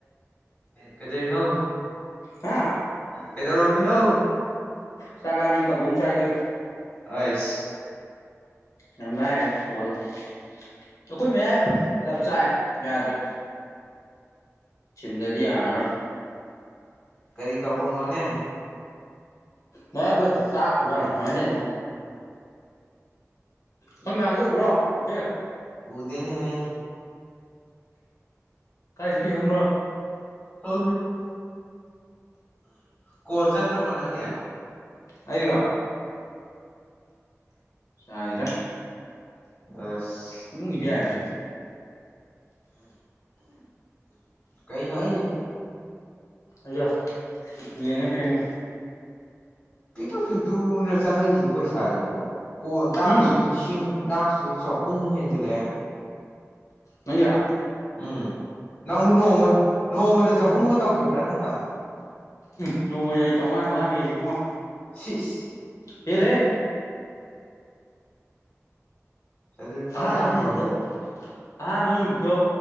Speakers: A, on the left (about 30°); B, on the left (about 80°).
A: ꯀꯩꯗꯧꯔꯤꯅꯣ
B: ꯍꯥ
A: ꯀꯩꯗꯣ ꯕꯤꯅꯣ
B: ꯆꯥꯛꯒꯂ ꯀ ꯣ ꯆꯒꯗ
A: ꯑꯩ
B: ꯌꯥꯝ ꯂ ꯔꯦ ꯇꯣ ꯑꯩꯈꯣꯏ ꯃꯌꯥꯏ ꯂꯞꯆꯥꯛꯑꯦ ꯌꯥꯗ꯭ꯔꯦ ꯆꯤꯟꯗꯗꯤ ꯌꯥꯔꯣ
A: ꯀꯔꯤ ꯀꯕꯧꯅꯣꯅꯦ
B: ꯃꯕ ꯁꯥ ꯋꯥꯖꯦ ꯁꯝ ꯃꯒ ꯎꯕ꯭ꯔꯣ ꯅꯀꯦ
A: ꯎꯗꯅꯦ ꯍ
B: ꯀꯥꯏꯁꯨ ꯀꯤ ꯈꯪꯕ꯭ꯔꯣ
A: ꯍ ꯀꯣꯜꯁꯇ꯭ꯔꯕꯣ ꯅꯪꯦ
B: ꯍꯥꯏ꯭ꯔꯥ ꯁꯥꯏꯗ
A: ꯑꯁ
B: ꯏꯃꯨꯡ ꯏꯗꯤꯌꯥ ꯍꯥꯏ ꯄꯁꯦ
A: ꯀꯩꯅꯅ ꯑꯅꯦ ꯄ
B: ꯑꯣ ꯌꯦꯡꯉ ꯍꯦꯉ
A: ꯄꯤꯛꯇ꯭ꯔꯨ ꯄꯤꯛꯇꯨꯅ ꯆꯪꯉꯛꯏꯁꯤ ꯄꯩꯁꯥꯁꯤꯕꯣ ꯀꯣꯟꯜ ꯇꯥꯛꯁꯨ
B: ꯎꯝ
A: ꯂꯤꯁꯤꯡ ꯇꯥꯛꯁꯨ ꯆꯍꯨꯝ ꯃꯦꯟꯖꯂꯦ
B: ꯅꯪꯉ
A: ꯎꯝ ꯅꯪꯕꯨ ꯅꯣꯡꯃ ꯅꯣꯡꯃꯗ ꯆꯍꯨꯝꯒ ꯇꯧꯈꯤꯕ꯭ꯔꯅ ꯇꯥꯃꯤ
B: ꯎ ꯌꯣꯡ ꯃꯖꯥꯏ ꯆꯉ ꯊꯉ ꯍꯦꯔꯤꯕꯉꯣ
A: ꯄꯤꯁ
B: ꯍꯦꯂꯦ
A: ꯑꯗꯨꯗꯤ ꯐꯔ
B: ꯍꯥꯥ
A: ꯌꯥꯝ
B: ꯍꯃꯤꯗꯨ
A: ꯇꯧꯅꯤ
B: ꯑꯍꯥꯟꯕꯨꯛꯁꯣ